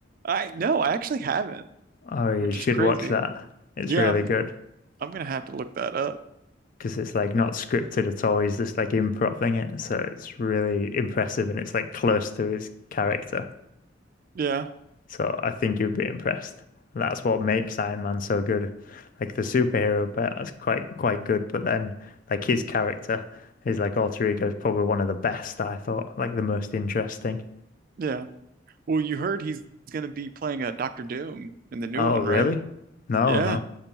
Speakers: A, on the right; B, on the left.
A: I no, I actually haven't,
B: Oh, you
A: which
B: should
A: is crazy.
B: watch that. It's
A: Yeah,
B: really
A: I'm
B: good.
A: I'm gonna have to look that up.
B: because it's like not scripted at all. He's just like improvising it, so it's really impressive and it's like close to his character.
A: Yeah,
B: So I think you'd be impressed. That's what makes Iron Man so good. Like the superhero bit is quite quite good, but then like his character, his like alter ego is probably one of the best I thought, like the most interesting.
A: yeah. Well, you heard he's gonna be playing a Doctor Doom in the new
B: Oh,
A: one,
B: really?
A: right?
B: No,
A: Yeah,
B: no.